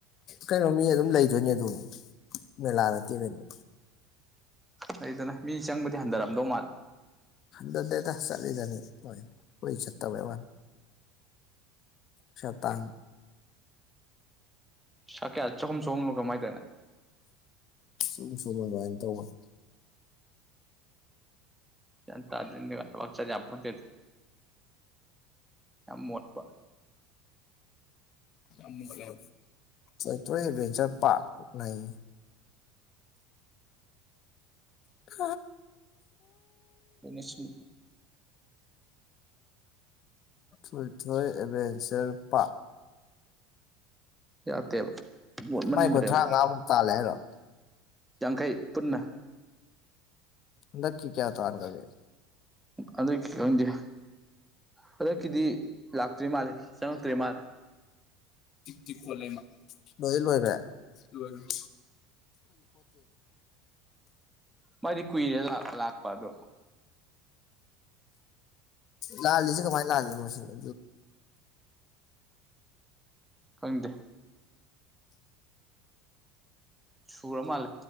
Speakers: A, on the left (about 40°); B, in the centre.
A: ꯀꯩꯅꯣ ꯃꯤ ꯑꯗꯨꯝ ꯂꯩꯗꯣꯏꯅꯦ ꯑꯗꯨ ꯃꯦꯂꯥ ꯅꯠꯇꯦ ꯀꯩꯅꯣ
B: ꯂꯩꯗꯅ ꯃꯤ ꯆꯪꯕꯗꯤ ꯍꯟꯊꯔꯝꯗꯧ ꯃꯥꯜꯂꯦ
A: ꯅꯠꯗꯦꯗ ꯆꯠ ꯐ꯭ꯔꯤꯗꯅꯤ ꯃꯣꯏ ꯑꯣꯏ ꯆꯠꯇꯕꯩ ꯋꯥꯅꯤ ꯄꯩꯁꯥ ꯇꯥꯟ
B: ꯄꯩꯁꯥ ꯀꯌꯥ ꯆꯍꯨꯝ ꯆꯍꯨꯝꯂꯣ ꯀꯩꯅꯣꯝ ꯍꯥꯏꯗꯥꯏꯅꯦ
A: ꯆꯍꯨꯝ ꯆꯍꯨꯝꯂ ꯑꯗꯨꯃꯥꯏ ꯇꯧꯕꯅꯤ
B: ꯒꯌ꯭ꯥꯟ ꯇꯥꯗꯦ ꯅꯦꯠꯋꯥꯛ ꯆꯠ ꯌꯥꯄꯣꯟꯇꯦꯗ ꯌꯥꯝ ꯃꯣꯠꯄ
A: ꯌꯥꯝ ꯃꯣꯠꯂꯦꯕ ꯊꯣꯏꯊꯣꯏ ꯑꯦꯠꯚꯦꯟꯆ꯭ꯔ ꯄꯥꯛ ꯅꯩꯌꯦ <unintelligible>
B: ꯑꯗꯨꯅ ꯁꯨꯝ
A: ꯊꯣꯏꯊꯣꯏ ꯑꯦꯚꯦꯟꯆ꯭ꯔ ꯄꯥ
B: ꯌꯗꯦꯕ ꯃꯣꯠꯃꯟꯒ꯭ꯔꯦꯕ
A: ꯃꯥꯏ ꯀꯨꯟꯊ꯭ꯔꯥꯉꯥꯃꯨꯛ ꯇꯥꯜꯂꯦ ꯍꯥꯏꯔꯣ
B: ꯌꯥꯡꯈꯩ ꯄꯨꯟꯅ
A: ꯍꯟꯗꯛꯀꯤ ꯀꯌꯥ ꯇꯥꯈ꯭ꯔꯒꯦ
B: ꯍꯟꯗꯛꯀꯤ ꯈꯪꯗꯦ ꯍꯟꯗꯛꯀꯤꯗꯤ ꯂꯥꯛꯇ꯭ꯔꯤ ꯃꯥꯜꯂꯦ ꯆꯪꯉꯛꯇ꯭ꯔꯦ ꯃꯥꯜꯂꯦ
A: ꯇꯤꯛ ꯇꯤꯛ ꯈꯣꯠꯂꯦꯃꯥ ꯂꯣꯏꯔꯦ ꯂꯣꯏꯒꯔ꯭ꯦ ꯂꯣꯏꯒꯔꯦ
B: ꯃꯔꯤ ꯀꯨꯏꯔꯦ ꯂꯥꯛꯄ ꯑꯗꯣ
A: ꯂꯥ ꯂꯤꯁꯦ ꯀꯃꯥꯏ ꯂꯥ ꯂꯤꯅꯣꯁꯤꯅꯤ
B: ꯈꯪꯗꯦ ꯁꯨꯔ ꯃꯥꯂꯦ